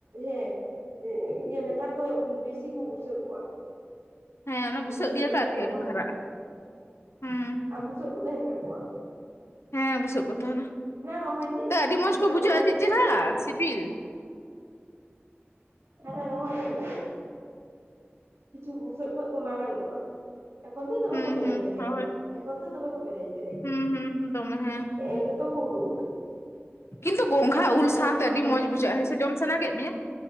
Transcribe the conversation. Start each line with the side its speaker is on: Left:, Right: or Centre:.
Right: ᱦᱮᱸ ᱱᱮᱛᱟᱨ ᱦᱚᱭ ᱵᱮᱥᱤ ᱠᱚ ᱵᱩᱥᱟᱹᱜᱚᱜᱼᱟ ᱾
Left: ᱦᱮᱸ ᱚᱱᱟ
Right: ᱵᱩᱥᱟᱹᱜ
Left: ᱜᱮᱭᱟ
Right: ᱠᱚ ᱛᱟᱦᱮᱱ
Left: ᱟᱨᱠᱤ
Right: ᱛᱟᱠᱚᱣᱟ
Left: ᱟᱹᱰᱤ ᱠᱚ
Right: ᱫᱚᱢᱮ
Left: ᱦᱟᱨᱟᱜᱼᱟ ᱦᱩᱸ
Right: ᱟᱨ ᱵᱩᱥᱟᱹᱜ ᱠᱚ ᱛᱟᱦᱮᱱ ᱛᱟᱠᱚᱣᱟ ᱾
Left: ᱦᱮᱸ ᱵᱩᱥᱟᱹᱜ ᱠᱚ ᱛᱟᱦᱮᱱᱟ,
Right: ᱨᱚᱦᱚᱭ ᱫᱤᱱ
Left: ᱛᱚ ᱟᱹᱰᱤ ᱢᱚᱸᱡᱽ
Right: ᱦᱟᱱᱟ
Left: ᱠᱚ ᱵᱩᱡᱷᱟᱹᱜᱼᱟ
Right: ᱨᱚᱦᱚᱭ
Left: ᱟᱹᱰᱤ
Right: ᱫᱤᱱ
Left: ᱪᱮᱨᱦᱨᱟ
Right: ᱦᱟᱸᱜ
Left: ᱥᱤᱵᱤᱞ,
Right: ᱦᱮᱸ ᱨᱚᱦᱚᱭ ᱛᱮᱜᱮ, ᱠᱤᱪᱷᱩ ᱵᱩᱥᱟᱹᱜ ᱠᱷᱚᱡ ᱠᱚ ᱢᱟᱨᱟᱝ-ᱟ ᱾ ᱮᱠᱷᱚᱱ ᱫᱚ ᱛᱚᱵᱮ
Left: ᱦᱩᱸ
Right: ᱠᱚ ᱵᱮᱞᱮᱧ
Left: ᱦᱩᱸ
Right: ᱵᱮᱞᱮᱧ
Left: ᱨᱚᱦᱚᱭ
Right: ᱜᱮᱭᱟ, ᱮᱠᱷᱚᱱ ᱫᱚ ᱛᱚᱵᱮ ᱠᱚ ᱵᱮᱞᱮᱧ ᱵᱮᱞᱮᱧ
Left: ᱦᱩᱸ
Right: ᱜᱮᱭᱟ ᱾
Left: ᱦᱩᱸ ᱫᱚᱢᱮ ᱦᱮᱸ
Right: ᱱᱮ ᱜᱮ ᱛᱚ ᱠᱚ ᱩᱰᱩᱜ
Left: ᱠᱤᱱᱛᱩ ᱜᱚᱝᱜᱷᱟ ᱩᱞ
Right: ᱜᱚᱝᱜᱷᱟ
Left: ᱥᱟᱶᱛᱮ ᱟᱹᱰᱤ
Right: ᱦᱟᱞᱟᱝ
Left: ᱢᱚᱸᱡᱽ
Right: ᱪᱚ
Left: ᱵᱩᱡᱷᱟᱹᱜ-ᱟ ᱦᱮᱸᱥᱮ ᱡᱚᱢ ᱥᱟᱱᱟ ᱠᱮᱫ ᱢᱮᱭᱟ